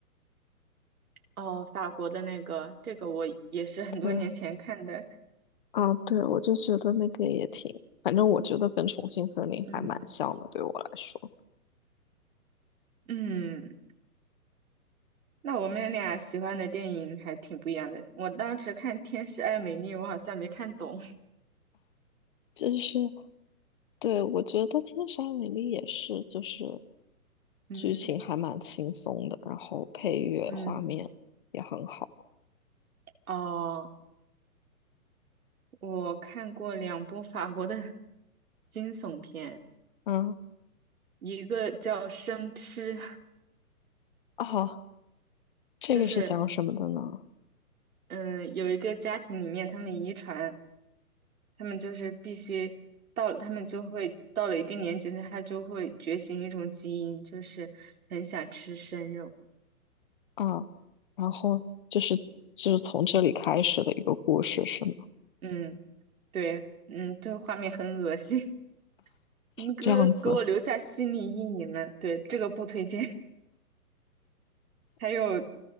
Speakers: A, on the right; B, on the left.
A: 哦，法国的那个，这个我也是很多年前看的。
B: 对啊，对，我就觉得那个也挺，反正我觉得跟《重庆森林》还蛮像的，
A: 嗯
B: 对我来说，
A: 嗯，那我们俩喜欢的电影还挺不一样的。我当时看《天使爱美丽》，我好像没看懂。
B: 就是对我觉得《天使爱美丽》也是，就是
A: <laughs> 嗯
B: 剧情还蛮轻松的，然后配乐、
A: 嗯，
B: 画面也很好。
A: 哦，我看过两部法国的惊悚片。
B: 嗯，
A: 一个叫生吃，
B: 啊，这个是讲什么的呢？
A: 就是嗯，有一个家庭里面，他们遗传，他们就是必须到，他们就会到了一定年纪，他就会觉醒一种基因，就是很想吃生肉。
B: 啊，然后就是就是从这里开始的一个故事是吗？
A: 嗯，对，嗯，这个画面很恶心，<laughs> 嗯，给我给我留下心理阴影了。
B: 这样子
A: 对，这个不推荐。<laughs> 还有，